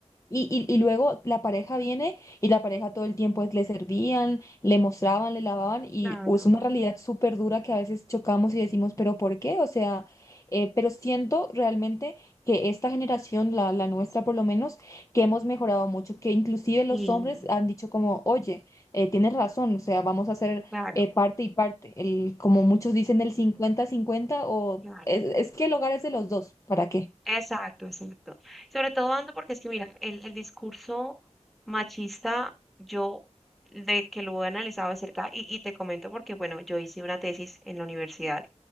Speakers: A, on the left (about 25°); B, in the centre.
A: Y, y, y luego la pareja viene y la pareja todo el tiempo es- le servían, le mostraban, le lavaban y
B: claro,
A: es una realidad súper dura que a veces chocamos y decimos, pero ¿por qué? O sea, eh, pero siento realmente que esta generación, la, la nuestra por lo menos, que hemos mejorado mucho, que inclusive los
B: y
A: hombres han dicho como, oye, eh, tienes razón, o sea, vamos a hacer
B: claro,
A: eh, parte y parte. El, como muchos dicen, el cincuenta-cincuenta o
B: claro.
A: es, es que el hogar es de los dos. ¿Para qué?
B: Exacto, exacto. Sobre todo, Ando, porque es que, mira, el, el discurso machista, yo de que lo he analizado de cerca y, y te comento porque, bueno, yo hice una tesis en la universidad